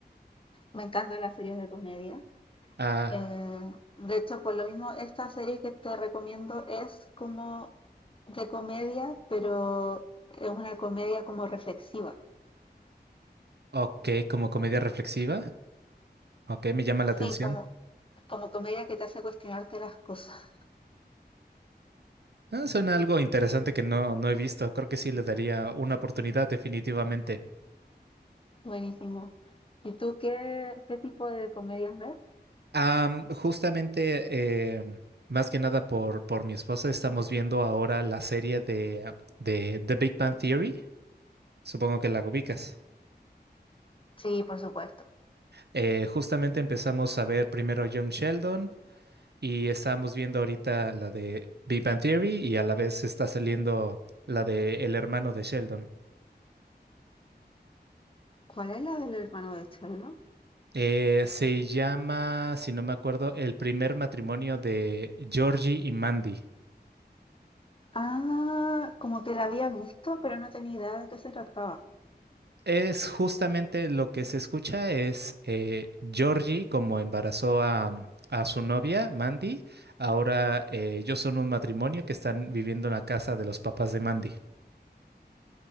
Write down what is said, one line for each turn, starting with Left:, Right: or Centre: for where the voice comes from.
Left: Me encantan las series de comedia.
Right: Ah.
Left: Eh, de hecho, por lo mismo, esta serie que te recomiendo es como de comedia, pero es una comedia como reflexiva.
Right: Ok, como comedia reflexiva. Ok, me llama la atención.
Left: Sí, como, como comedia que te hace cuestionarte las cosas.
Right: Ah, suena algo interesante que no, no he visto. Creo que sí le daría una oportunidad definitivamente.
Left: Buenísimo. ¿Y tú qué, qué tipo de comedias ves?
Right: Am, justamente, em, más que nada por, por mi esposa, estamos viendo ahora la serie de, de The Big Bang Theory. Supongo que la ubicas.
Left: Sí, por supuesto.
Right: Eh, justamente empezamos a ver primero Young Sheldon y estábamos viendo ahorita la de Big Bang Theory y a la vez está saliendo la de El hermano de Sheldon.
Left: ¿Cuál es la del hermano de Charlo?
Right: Eh, se llama, si no me acuerdo, El primer matrimonio de Georgie y Mandy.
Left: Ah, como que la había visto, pero no tenía idea de qué se trataba.
Right: Es justamente lo que se escucha es eh, Georgie como embarazó a, a su novia, Mandy. Ahora eh, ellos son un matrimonio que están viviendo en la casa de los papás de Mandy.